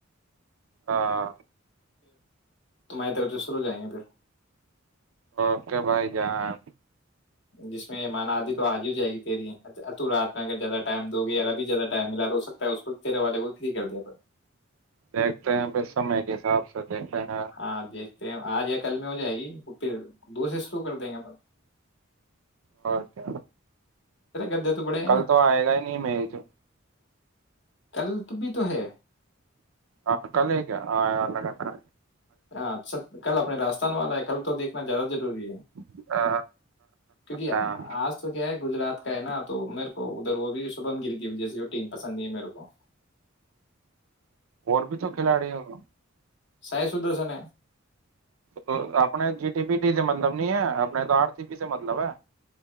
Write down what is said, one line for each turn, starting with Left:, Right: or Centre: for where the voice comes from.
Right: ہاں
Left: تو میں ت <unintelligible> لو جیں گے پھر
Right: اوکے بھائی جان
Left: جس میں مانا آادھی تو آج ہی ہو جائے گی تیری رات میں اگر زیادہ ٹائم دو گی ابھی زیادہ ٹائم ملا تو ہو سکتا ہے اس کو تیرے والے کو فری کر دیا
Right: دیکھتے ہیں پھر سمے کے حساب سے دیکھتے ہیں
Left: ہاں آپ دیکھتے ہیں آج یا کل میں ہو جائے گی پھر دوسرے تو کر دیں گے پر
Right: اور کیا
Left: گدے بڑے ہیں
Right: کل
Left: نا
Right: تو آئے گا ہی نہیں م جو
Left: <unintelligible>
Right: ہاں کلے کے آ اللہگن
Left: ہاں کل اپنے راجستان والا ہے کل تو دیکھنا زیادہ ضروری ہے
Right: ہے۔
Left: کیونکہ
Right: ہاں
Left: آج تو کیا ہے گجرات کا ہے نا تو میرے کو ادھر وہ بھی شبم گل گ جیسی وہ ٹیم پسند نہیں ہے میرے کو
Right: اور بھی تو کھلاڑی ہوا
Left: سائ سدر سے ن
Right: تو اپنے جی ٹی پی ٹی سے مطلب نہیں ہے اپنے تو آر سی پی سے مطلب ہے